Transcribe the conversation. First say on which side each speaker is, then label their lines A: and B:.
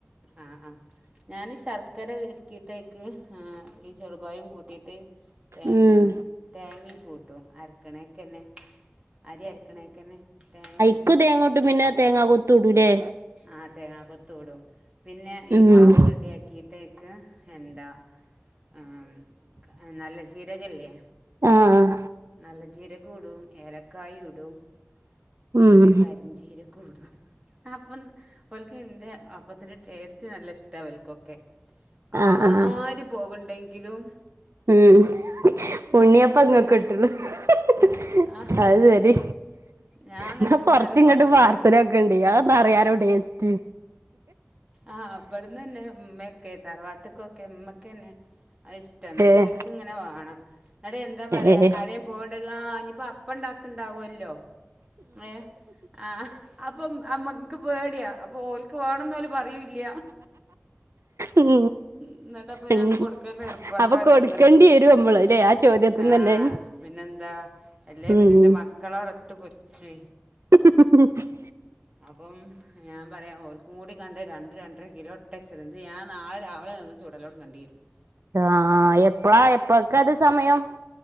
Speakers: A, on the right; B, on the right.
A: ആഹ് ആഹ് ഞാൻ ശർക്കര ഒരുക്കിയിട്ടേക്ക് ഈ ചെറുപായും കൂട്ടിയിട്ട് <unintelligible>
B: ഉം
A: തേങ്ങയും കൂട്ടും അരക്കണേക്ക തന്നെ അരി അരക്കണേക്ക തന്നെ തേങ്ങ അരക്ക
B: എക്ക് തേങ്ങോട്ടും പിന്നെ തേങ്ങാ കൊത്ത ഇടൂലേ
A: ആഹ് തേങ്ങാ കൊത്തൂടും പിന്നെ ഈ
B: ഉം
A: മാവ് റെഡിയ ആക്കിയിട്ടേക്ക് എന്താ ആർ നല്ല ചീരകല്ലേ
B: ആഹ്
A: നല്ല ജീര ഇടും ഏലക്കായ ഇടും പിന്നെ
B: ഉം
A: കരിഞ്ചീര ഇടും അപ്പം വൽക്ക എൻ്റെ അപ്പത്തിൻ്റെ ടേസ്റ്റ് നല്ല ഇഷ്ടമാണ് വൽക്കൊക്കെ ആര്
B: ആഹ് ആഹ്
A: പോകണ്ടെങ്കിലും
B: ഉം ഉണ്ണിയപ്പ
A: ഉണ്ടാക്കാൻ
B: അങ്ങൊക്ക ഇട്ടുള്ളു <unintelligible>
A: ആ
B: അത് ശരി
A: ഞാൻ
B: എന്ന
A: നടത്തുമ്പോഴാണ്ട്
B: കൊറച്ച് ഇങ്ങോട്ട്
A: കൊയങ്ങല
B: പാർസലക്ക ണ്ടറിയാനോ ടേസ്റ്റ്
A: ആഹ് അവിടുന്ന് തന്നെ ഉമ്മയ ഒക്കെ തറവാട്ടക്കൊക്കെ ഉമ്മക്കെന്നെ അത് ഇഷ്ട എന്നിട്ട്
B: ഏഹ്
A: ഒക്ക് ഇങ്ങനെ വേണം എന്നിട്ട് എന്താ പറയാ
B: ഏഹ്
A: ഹരേ പോട അനിപ്പോ അപ്പ ഉണ്ടാക്കണ്ടാവല്ലോ ഏഹ് ആഹ് അപ്പം അമ്മക്ക് പേടിയാ അപ്പൊ ഓലക്ക് വേണംന്ന് പോല് പറയൂല്ല
B: ഉം
A: എന്നിട്ടപ്പൊ ഞാനത്
B: ഉം
A: കൊടുക്കല് നിർബന്ധാക്കാണ്
B: അവപ്പൊ കൊടുക്കേണ്ടി
A: എന്നിട്ട്
B: വരും നമ്മള അല്ലെ ആഹ് ചോദ്യത്തിന്ന
A: ആഹ്
B: തന്നെ
A: പിന്നെന്താ അല്ലേ
B: ഉം
A: പിന്നെ എന്റെ മക്കള അവിടട്ട് പൊരിച്ച്
B: <unintelligible>
A: അപ്പം ഞാൻ പറയാം ൽക്കും കൂടി കണ്ട് രണ്ട് രണ്ടര കിലോ ഒട്ടച്ചി ഇത് ഞാൻ നാളെ രാവിലെ നിന്ന് ചൂടലോ കണ്ടി വരുന്നു
B: ആഹ് എപ്പഴാ എപ്പഴക്കെ അത് സമയം